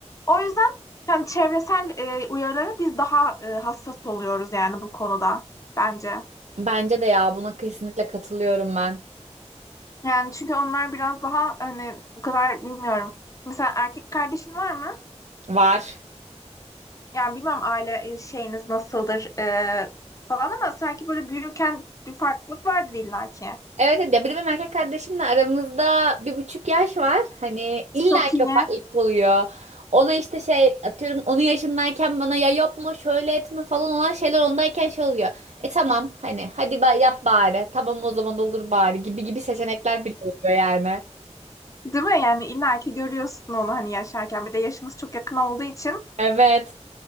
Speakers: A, on the left; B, on the right.
A: O yüzden yani çevresel e, uyarılara biz daha e, hassas oluyoruz yani bu konuda bence.
B: Bence de ya buna kesinlikle katılıyorum ben.
A: Yani çünkü onlar biraz daha hani bu kadar bilmiyorum. Mesela erkek kardeşin var mı?
B: Var.
A: Yani bilmem aile e, şeyiniz nasıldır e, falan ama sanki böyle büyürken bir farklılık vardır illaki.
B: Evet evet. ya bir de benim erkek kardeşimle aramızda bir buçuk yaş var. Hani illa
A: Çok iyi.
B: ki o farklılık oluyor. Ona işte şey atıyorum onun yaşındayken bana ya yapma şöyle etme falan olan şeyler ondayken şey oluyor. E tamam hani hadi ba- yap bari tamam o zaman olur bari gibi gibi seçenekler bile oluyor yani.
A: Değil mi? Yani illaki görüyorsun onu hani yaşarken. Bir de yaşınız çok yakın olduğu için
B: Evet